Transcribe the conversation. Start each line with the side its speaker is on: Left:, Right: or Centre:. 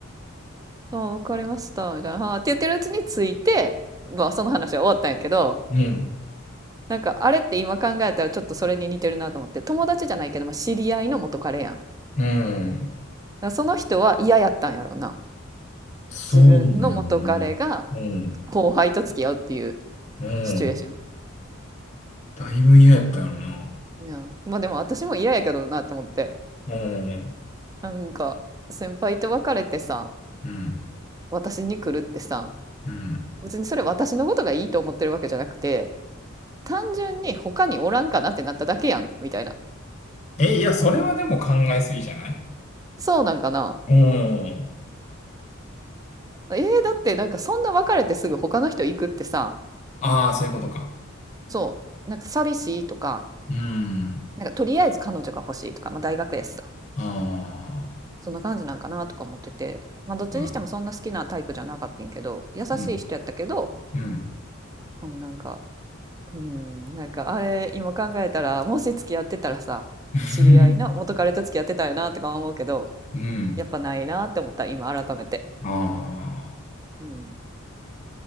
Right: 「あわかりました」みたいな「はあ」って言ってるうちについてまあその話は終わったんやけど
Left: うん。
Right: なんかあれって今考えたらちょっとそれに似てるなと思って友達じゃないけど、まあ、知り合いの元彼やんだか
Left: うん
Right: らその人は嫌やったんやろうな
Left: そうだよね。
Right: 自分の元彼が
Left: うん。
Right: 後輩と付き合うっていう
Left: うん。
Right: シチュエーション、
Left: だいぶ嫌やったよな。
Right: うんまあでも私も嫌やけどなって思って
Left: うん。
Right: なんか先輩と別れてさ
Left: うん。
Right: 私に来るってさ
Left: うん。
Right: 別にそれ私のことがいいと思ってるわけじゃなくて単純に他におらんかなってなっただけやんみたいな
Left: え、いや、それはでも考えすぎじゃない
Right: そうなんかな
Left: うん。
Right: えー、だってなんかそんな別れてすぐ他の人行くってさ
Left: ああ、そういうことか。
Right: そう、なんか寂しいとか、
Left: うん。
Right: なんかとりあえず彼女が欲しいとか、まあ、大学やしさ、
Left: ああ。
Right: そんな感じなんかなとか思ってて、まあ、どっちにしてもそんな好きなタイプじゃなかったんけど、
Left: うん。
Right: 優しい人やったけど、
Left: うん。うん。
Right: うんなんか、うん、なんかあれ、今考えたら、もし付き合ってたらさ、
Left: <laughs>
Right: 知り合いの元彼と付き合ってたよなとか思うけど、
Left: うん。
Right: やっぱないなって思った、今改めて。
Left: あ
Right: うん。